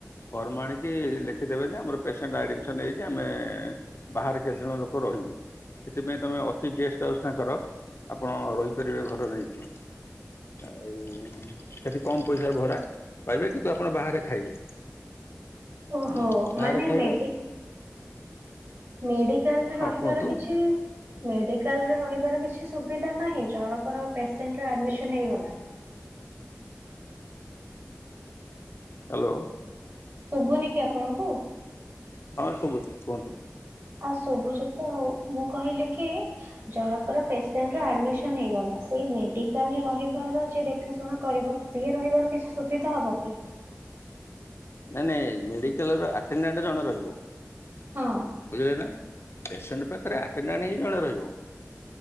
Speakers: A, on the left; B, on the right.
A: ଫର୍ମ ଆଣିକି ଲେଖିଦେବେ ଯେ ଆମର ପେସେଣ୍ଟ ଆଡି ନେଇଯା ଆମେ ବାହାରେ କେତେ ଜଣ ଲୋକ ରହିବୁ। ସେଥିପାଇଁ ତମେ ଅଛି ଗେଷ୍ଟ ହାଉସ୍ ତାଙ୍କର ଆପଣ ରହିପାରିବେ ଘର ନେଇକି। ଆଉ ସେଠି କମ ପଇସା ଭଡା ପାଇବେ କିନ୍ତୁ ଆପଣ ବାହାରେ ଖାଇବେ।
B: ଓହୋ
A: ହୁଁ ବାହାରେ
B: ମାନେ
A: ଖାଇବେ
B: ମେଡି ମେଡିକାଲରେ
A: ହଁ
B: ରହିବାର
A: କୁହନ୍ତୁ
B: କିଛି ମେଡ଼ିକାଲରେ ରହିବାର କିଛି ସୁବିଧା ନାହିଁ ଜରଫର ପେସେଣ୍ଟର ଆଡ୍ମିସନ୍ ହେଇଗଲା।
A: ହାଲୋ।
B: ଶୁବୁନି କି ଆପଣଙ୍କୁ?
A: ହଁ ସୁବୁଚି କୁଅନ୍ତୁ।
B: ଆ ଶୁବୁଚି ତ ଆଉ ମୁଁ କହିଲି କି ଜରକର ପେସେଣ୍ଟ ଆଡ୍ମିସନ ହେଇଗଲା ସେଇ ମେଡିକାଲରେ ରହିବାର ଯିଏ ଦେଖାଶୁଣା କରିବ ସିଏ ରହିବାର କିଛି ସୁବିଧା ହବ କି?
A: ନାଇଁ ନାଇଁ ମେଡିକାଲର ଆଟେଡ଼ାଣ୍ଡ ଜଣେ ରହିବ
B: ହଁ।
A: ବୁଝିଲେ ନା। ପେସେଣ୍ଟ ପାଖରେ ଆଟେଡ଼ାଣ୍ଡ ହିଁ ଜଣେ ରହିବ।